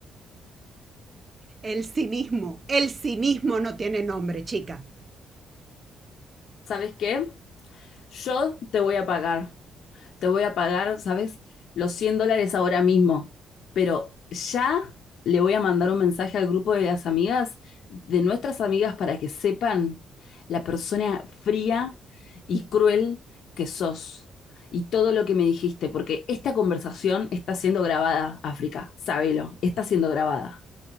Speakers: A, on the right; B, on the left.
A: El cinismo, el cinismo no tiene nombre, chica.
B: ¿Sabes qué? Yo te voy a pagar. te voy a pagar, ¿sabes? Los 100 dólares ahora mismo, pero ya le voy a mandar un mensaje al grupo de las amigas, de nuestras amigas, para que sepan la persona fría y cruel que sos y todo lo que me dijiste, porque esta conversación está siendo grabada, África, sábelo, está siendo grabada.